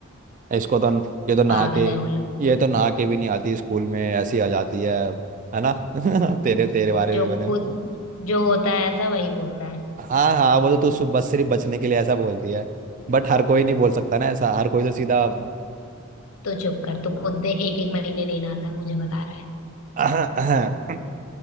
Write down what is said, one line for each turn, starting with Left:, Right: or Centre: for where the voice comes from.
Right: इसको तो ये तो नहा
Left: पागल
Right: के
Left: है वो लोग
Right: ये तो नहा के भी नहीं आती स्कूल में ऐसी आ जाती है है ना <laughs> तेरे तेरे
Left: वो
Right: बारे
Left: जो
Right: में बने
Left: खुद जो होता है ऐसा वही बोलता है
Right: हाँ हाँ वो तो तू सिर्फ- बस सिर्फ बचने के लिए ऐसा बोलती है बट हर कोई नहीं बोल सकता ना ऐसा हर कोई तो सीधा
Left: तो चुप कर तू खुद दे एक एक महीने नहीं नहाता है, मुझे बता रहा है
Right: <clears throat>